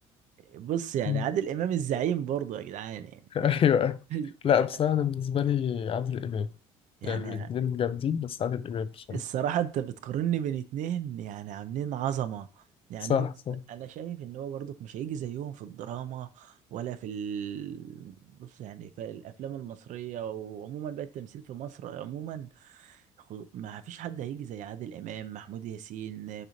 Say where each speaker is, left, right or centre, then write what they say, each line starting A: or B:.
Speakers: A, on the right; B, on the left.
A: بص يعني
B: مم.
A: عادل إمام الزعيم برضه يا جدعان يعني
B: <laughs> أيوه
A: أنت فاهم؟
B: لا بصراحة
A: <laughs>
B: أنا بالنسبة لي عادل إمام
A: يعني
B: يعني الاتنين جامدين بس عادل إمام بصراحة
A: الصراحة انت بتقارني بين اتنين يعني عاملين عظمة يعني
B: صح
A: بص
B: صح
A: انا شايف ان هو برضك مش هيجي زيهم في الدراما ولا في ال... بص يعني في الافلام المصرية وعموما بقى التمثيل في مصر عموما خو- ما فيش حد هيجي زي عادل امام محمود ياسين